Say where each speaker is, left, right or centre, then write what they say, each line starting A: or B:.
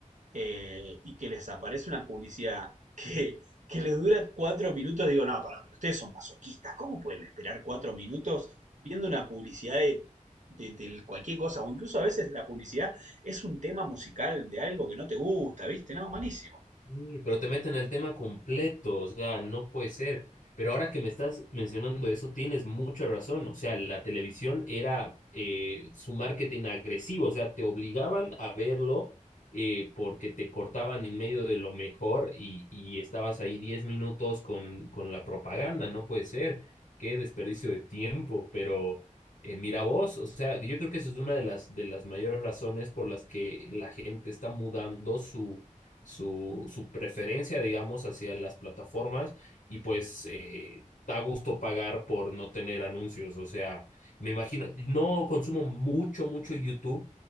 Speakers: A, on the right (about 65°); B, on the left (about 85°).
A: eh, y que les aparece una publicidad que, que les dura cuatro minutos, digo, no, pará, pero ustedes son masoquistas, ¿cómo pueden esperar cuatro minutos viendo una publicidad de, de- de cualquier cosa? O incluso a veces la publicidad es un tema musical de algo que no te gusta, ¿viste? No, malísimo.
B: Sí, pero te meten el tema completo, o sea, no puede ser. Pero ahora que me estás mencionando eso, tienes mucha razón. O sea, la televisión era eh, su marketing agresivo, o sea, te obligaban a verlo eh, porque te cortaban en medio de lo mejor y, y estabas ahí 10 minutos con, con la propaganda, no puede ser. Qué desperdicio de tiempo, pero eh, mira vos, o sea, yo creo que eso es una de las, de las mayores razones por las que la gente está mudando su su, su preferencia, digamos, hacia las plataformas y pues eh, da gusto pagar por no tener anuncios. O sea, me imagino, no consumo mucho, mucho YouTube,